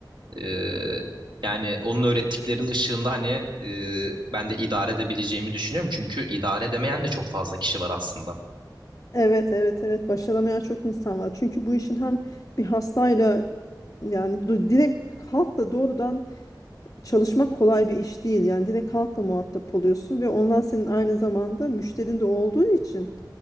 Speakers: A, on the right; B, on the left.
A: E, yani onun öğrettiklerinin ışığında hani e, ben de idare edebileceğimi düşünüyorum. Çünkü idare edemeyen de çok fazla kişi var aslında.
B: Evet, evet, evet. Başaramayan çok insan var. Çünkü bu işin hem bir hastayla yani du- direkt halkla doğrudan çalışmak kolay bir iş değil. Yani direkt halkla muhatap oluyorsun ve onlar senin aynı zamanda müşterin de olduğu için